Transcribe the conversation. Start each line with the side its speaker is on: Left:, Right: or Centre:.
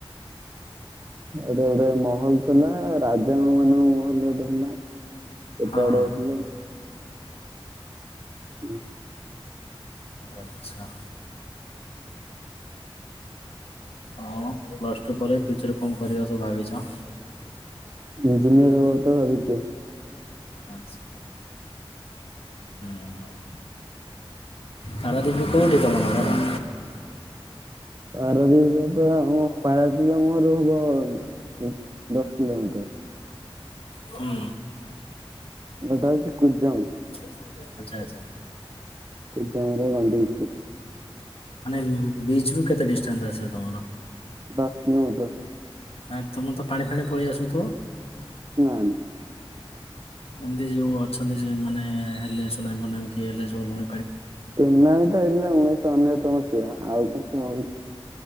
Right: ଗୋଟେ ଗୋଟେ ମହଲ ଥିଲା ରାଜା ମାନଙ୍କ ମହଲ ଗୋଟେ ଥିଲା। ସେତେ
Left: ହଁ
Right: ଆଡ଼େ
Left: ହଁ
Right: ଆସିଲ। ହୁଁ
Left: ଆଚ୍ଛା। ଆଉ ପ୍ଲସ୍ ଟୁ ପରେ ଫ୍ୟୁଚର୍ ରେ କଣ କରିବା ସବୁ ଭାବିଛ?
Right: ଇଞ୍ଜିନିଅର ହେବା ତ ଭାବିଛୁ।
Left: ଆଚ୍ଛା ହୁଁ ପାରାଦ୍ଵୀପ ରେ କୋଉଠି ତମ ଘର।
Right: ପାରାଦୀପୀଟା ତ ଆମ ପାରାଦ୍ୱୀପୀ ଆମ ଘରୁ ହବ ଉଁ ଦଶ କିଲୋମିଟର।
Left: ହୁଁ।
Right: ଘରଟା ହଉଚି କୁଜଙ୍ଗ୍।
Left: ଆଚ୍ଛା ଆଚ୍ଛା।
Right: <unintelligible>
Left: ମାନେ ବିଚରୁୁ କେତେ ଡିଷ୍ଟାନ୍ସ୍ ଆସିବ ତମର।
Right: ଦଶ କିିଲୋମିଟର।
Left: ଆ ତୁମେ ତ ପାଣି ଫାଣି ପଳେଇ ଆସୁଥିବ।
Right: ନା ନାଁ
Left: ଏମତି ଯୋଉ ଅଛନ୍ତି, ସେ ମାନେ ହେଲେ ସୁନାମି ଫନାମି କି ହେଲେ ଯୋଉ ମା
Right: ସୁନାମୀ ତ ହେଇଥିଲା ଉଣେଇଶହ ଅନସତ ମସିହା ଆଉ କଣ ସୁନାମି ଆସିଛିକି।